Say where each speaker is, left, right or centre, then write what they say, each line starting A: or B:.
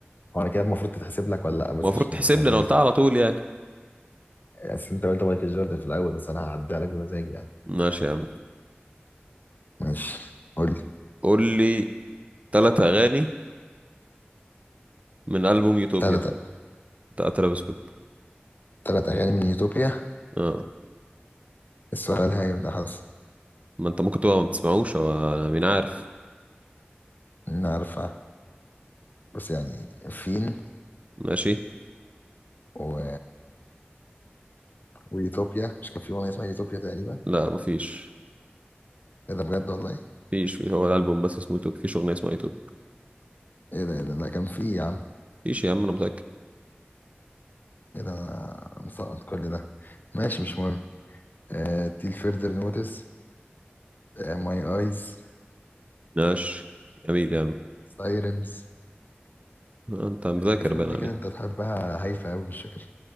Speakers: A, on the left; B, on the right.
A: هو انا كده المفروض تتحسب لك ولا لا بس
B: المفروض
A: عشان
B: تحسب
A: نبقى فاهمين
B: لي انا قلتها على طول يعني
A: بس انت قلت مايكل جوردن في الاول بس انا هعديها لك بمزاجي يعني
B: ماشي يا عم
A: ماشي قول لي
B: قول لي ثلاث اغاني من البوم يوتوبيا
A: تلات
B: بتاع ترافيس سكوت
A: تلات اغاني من يوتوبيا
B: اه
A: السؤال هيبقى حظ
B: ما انت ممكن تبقى ما بتسمعوش هو أنا مين عارف
A: انا عارفها بس يعني فين
B: ماشي
A: و... ويوتوبيا مش كان في اغنية اسمها يوتوبيا تقريبا
B: لا مفيش
A: ايه ده بجد والله
B: مفيش هو الالبوم بس اسمه يوتوبيا مفيش اغنيه اسمها يوتوبيا
A: ايه ده ايه ده ده كان فيه يا عم
B: مفيش يا عم انا متاكد
A: ايه ده انا مسقط كل ده ماشي مش مهم آه تيل فيردر نوتس آه ماي ايز
B: نقش جميل يا عم
A: سايرنز
B: انت مذاكر
A: كان في
B: بقى
A: اغنيه
B: انا ليه
A: كده انت بتحبها هايفه قوي مش فاكر